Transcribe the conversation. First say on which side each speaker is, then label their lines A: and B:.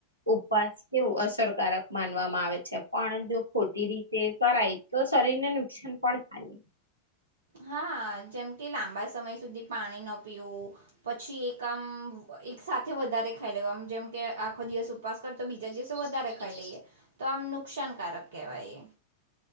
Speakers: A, on the right (about 85°); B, on the right (about 65°).
A: ઉપવાસ કેવું અસરકારક માનવામાં આવે છે પણ જો ખોટી રીતે કરાય તો શરીરને નુકસાન પણ થાય
B: હા જેમ કે લાંબા સમય સુધી પાણી ન પીવું પછી એક આમ એક સાથે વધારે ખાઈ લેવામ જેમ કે આખો દિવસ ઉપવાસ કર તો બીજા દિવસો વધારે ખાઈ દઈએ તો આમ નુકસાનકારક કહેવાય